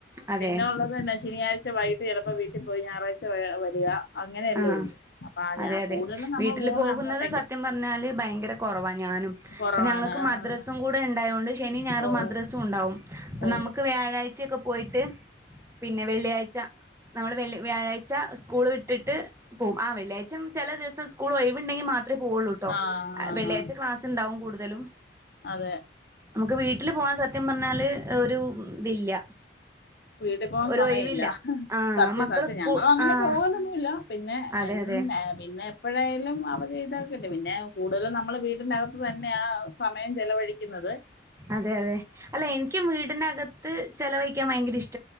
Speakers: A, on the right; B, on the left.
A: അതെ
B: പിന്നെ ഉള്ളത് ശനിയാഴ് വൈകീട്ട് ചെലപ്പോ വീട്ടിപ്പോയി ഞായറാഴ്ച്ച ഏ വരിക അങ്ങനെയല്ലേ
A: ആഹ്
B: ഒള്ളൂ. അപ്പ
A: അതെ
B: ഞാ
A: അതെ
B: കൂടുതലും നമ്മള്
A: വീട്ടില്
B: പോകുന്ന
A: പോകുന്നത്
B: അങ്ങോട്ട്
A: സത്യം പറഞ്ഞാല് ഭയങ്കര കൊറവാണ് ഞാനും.
B: കുറവാണ്
A: ഇപ്പ ഞങ്ങക്ക്
B: ആഹ്
A: മദ്രസ്സും കൂടെ ഇണ്ടായോണ്ട്, ശനിം, ഞായറും
B: ഓ
A: മദ്രസ്സുണ്ടാവും. ഇപ്പൊ
B: ഓ
A: നമുക്ക് വ്യാഴാഴ്ചയൊക്കെ പോയിട്ട് പിന്നെ വെള്ളിയാഴ്ച്ച, നമ്മള് വെള്ളി വ്യാഴാഴ്ച്ച സ്കൂള് വിട്ടിട്ട് പോകും. ആ വെള്ളിയാഴ്ചം ചെല ദിവസം സ്കൂള് ഒഴിവ്ണ്ടെങ്കി മാത്രേ പോവൊള്ളുട്ടോ
B: ആഹ് ആഹ്
A: വെള്ളിയാഴ്ച ക്ലാസ് ഉണ്ടാവും കൂടുതലും
B: അതെ
A: നമുക്ക് വീട്ടില് പോവാൻ സത്യം പറഞ്ഞാല് ഒരു ഇതില്ല.
B: വീട്ടിപ്പോകാൻ
A: ഒരു
B: സമയമില്ല.
A: ഒഴിവില്ല ആഹ്
B: സത്യം
A: മക്കള്
B: സത്യം
A: സ്കൂൾ
B: ഞങ്ങളും അങ്ങനെ
A: ആഹ്
B: പോകലൊന്നുമില്ല പിന്നെ
A: അതെ
B: എന്നും
A: അതെ
B: ഏ പിന്നെ എപ്പോഴായാലും അവ ചെയ്തക്കെട്ട് പിന്നെ കൂടുതലും നമ്മൾ വീടിൻ്റെ അകത്ത് തന്നെയാണ് സമയം ചലവഴിക്കുന്നത്
A: അതെ അതെ അല്ല എനിക്ക് വീടിനകത്ത് ചിലവഴിക്കാൻ ഭയങ്കര ഇഷ്